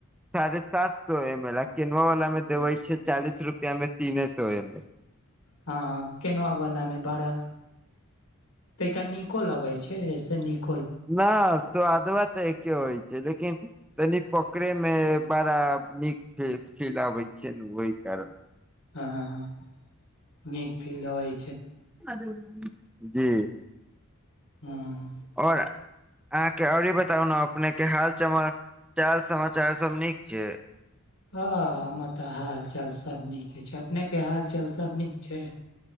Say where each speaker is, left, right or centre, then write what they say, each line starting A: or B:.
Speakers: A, in the centre; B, on the left (about 75°).
A: साढ़े सात सए एम एल आ केनआ वाला मे देवे छै चालीस रुपआ मे तीने सए एम एल।
B: हँ केनआ वला मे बड़ा तिका नीको लगै छै से नीक।
A: न स्वादवा तऽ एके होइ छै लेकिन। तनि पकड़ेमे बड़ा नीक फ फिल आबै छिय ने ओहि कारण।
B: हँ नीक फील हइ।
A: अ। जी।
B: ह।
A: आओर अहाँके आओर ई बताउ अपनेके हाल चचाल समाचारसभ नीक छै।
B: हँ हमरा तऽ हालचाल सब नीके छै अपनेके हालचाल सब नीक छै।